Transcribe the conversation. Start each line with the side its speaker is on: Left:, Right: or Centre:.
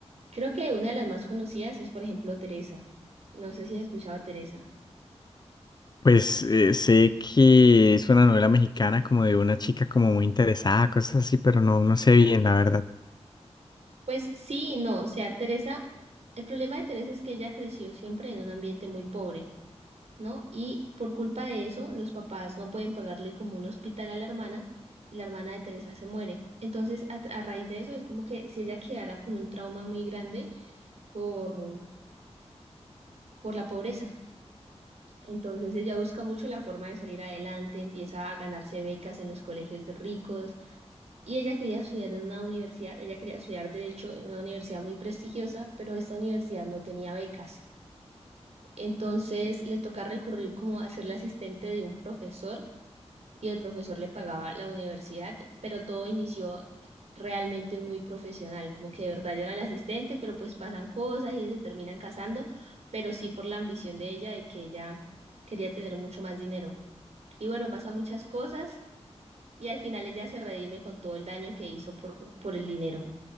Right: Creo que una de las más conocidas es, por ejemplo, Teresa. No sé si has escuchado a Teresa.
Left: Pues eh, sé que es una novela mexicana como de una chica como muy interesada, cosas así, pero no, no sé bien, la verdad.
Right: Pues sí y no, o sea, Teresa, el problema de Teresa es que ella creció siempre en un ambiente muy pobre. ¿no? Y por culpa de eso, los papás no pueden pagarle como un hospital a la hermana y la hermana de Teresa se muere. Entonces, a, a raíz de eso, es como que si ella quedara con un trauma muy grande por, por la pobreza. Entonces ella busca mucho la forma de salir adelante, empieza a ganarse becas en los colegios de ricos y ella quería estudiar en una universidad, ella quería estudiar derecho en una universidad muy prestigiosa, pero esta universidad no tenía becas. Entonces le toca recurrir como a ser la asistente de un profesor y el profesor le pagaba la universidad, pero todo inició realmente muy profesional, como que de verdad yo era la asistente, pero pues pasan cosas y se terminan casando, pero sí por la ambición de ella, de que ella quería tener mucho más dinero. Y bueno, pasan muchas cosas y al final ella se redime con todo el daño que hizo por, por el dinero.